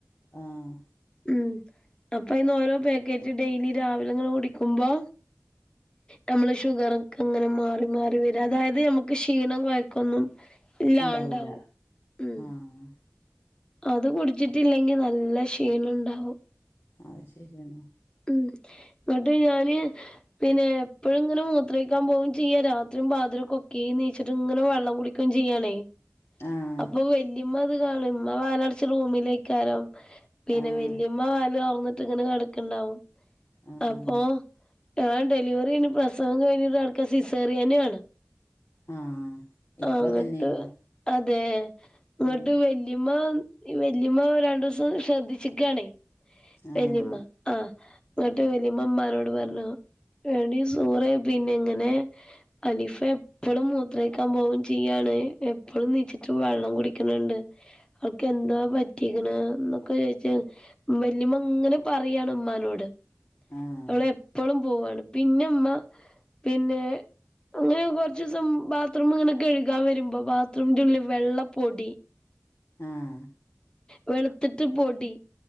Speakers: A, on the left; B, on the left.
A: ആഹ്
B: ഉം അപ്പൊ അയിന്ന് ഓരോ പാക്കറ്റ് ഡെയിലി രാവിലെ ഇങ്ങനെ കുടിക്കുമ്പോ നമ്മള് ഷുഗറൊക്കെങ്ങെനെ മാറി മാറി വരും അതായത് നമുക്ക് ക്ഷീണം കൊയക്കൊന്നും ഇല്ലാണ്ടാവും
A: ഉണ്ടാവൂല
B: ഉം
A: ആഹ്
B: അത് കുടിച്ചിട്ടില്ലെങ്കി നല്ല ക്ഷീണണ്ടാവും
A: അത് ശരിയണ്
B: ഉം ന്നിട്ട് ഞാന് പിന്നെ എപ്പഴും ഇങ്ങനെ മൂത്രൊഴിക്കാൻ പോകും ചെയ്യ രാത്രിയും പാതിരകൊക്കീം നീച്ചിട്ട് ഇങ്ങെനെ വെള്ളം കുടി ക്കും ചെയ്യാണേ
A: ആഹ്
B: അപ്പൊ വല്യമ്മ ഇത് കാണും ഇമ്മ വാതിലടച്ച് റൂമിലേക്കാരം പിന്നെ
A: ആഹ്
B: വല്യമ്മ വാതില് തുറന്നിട്ട് ഇങ്ങനെ കിടക്കുണ്ടാവും
A: ആഹ്
B: അപ്പൊ ഞാൻ ഡെലിവറി കഴിഞ്ഞ് പ്രസവം കഴിഞ്ഞിട്ട് കിടക്ക സിസേറിയന് ആണ്
A: ആഹ് ഇക്കും
B: ആഹ് ഇങ്ങ്ട്ട്
A: അതന്നെന്നു
B: അതേ ഇന്നിട്ട്
A: ഉം
B: വെ ല്ലിമ്മ വല്ലിമ്മ രണ്ടൂസം ശ്രദ്ധിച്ചിക്കാണേ
A: ആഹ്
B: വല്ലിമ്മ ആഹ് ന്നിട്ട് വല്ലിമ്മ ഇമ്മാനോട് പറഞ്ഞു എടി സൂറെ പിന്നെ ഇങ്ങനെ അയിനിപ്പൊ എപ്പഴും മൂത്രൊഴിക്ക ക്കാം പോവും ചിയ്യാണ് എപ്പോഴും നീച്ചിട്ട് വെള്ളം കുടിക്കണണ്ട് അവൾക്കെന്താ പറ്റിക്കണ്എന്നൊക്കെ ചോയ്ച്ചാ വല്ലിമ്മങ്ങനെ പറയാണ് ഉമ്മാനോട്
A: ആഹ്
B: അവള് എപ്പളും പോവാണ് പിന്നെമ്മ പിന്നെ അങ്ങനെ കൊറച്ചൂസം ബാത് ത്റൂം ഇങ്ങനെ കഴുകാൻ വരുമ്പൊ ബാത്റൂമിന്റെ ഉള്ളിൽ വെള്ളപ്പൊടി
A: ആഹ്
B: വെളുത്തിട്ട് പൊടി